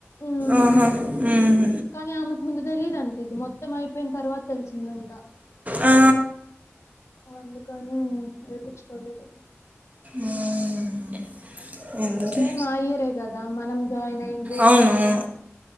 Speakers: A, on the left; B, on the right.
A: మ్
B: ఆహా ఉమ్,
A: కానీ ఆమెకు ముందు తెలియదుంట ఇది మొత్తం అయిపోయిన తర్వాత తెలిసిందంట
B: ఆ
A: అందుకని ఏపించుకోలేదు
B: ఉమ్, ఎందులే
A: సేమ్ ఆ ఇయరే కదా మనం జాయిన్ అయింది
B: అవునవును
A: ట్వ